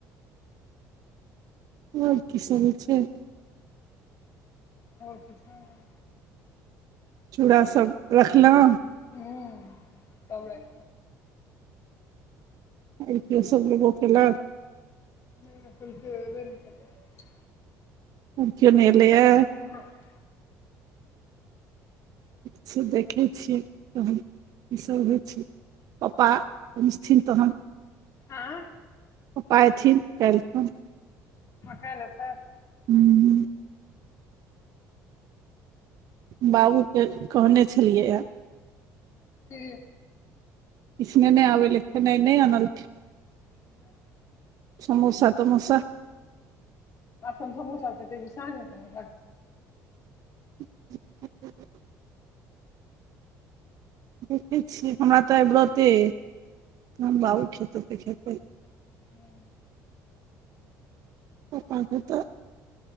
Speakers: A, on the right; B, on the left.
A: आओर की सब होइ छै
B: और किछो न
A: चूड़ासभ रखलहुँ
B: हू तब लाग
A: आ सब लो केलक <unintelligible>
B: नहि फुलक ओे न चलय <unintelligible>
A: केयने अयले यो
B: ह <unintelligible>
A: छै देखै छियै तहन कीसभ होइ छै पापा पँथिन तहन
B: आँ
A: पापा इथिन काइल खन
B: माँ काइल एथाइथ
A: हूँ बाबूके कहने छलियैए
B: की
A: किस नहि आबै ले नहि नहि अनलके
B: ज <unintelligible>
A: समोसा तमोसा
B: अखन समोसा खते की शाझ म
A: ह <unintelligible> देखैत छियै हमरा तऽ आइ बरतै अय बाबू खेत ओतऽ खेतै
B: हू
A: पापा खेतय तऽ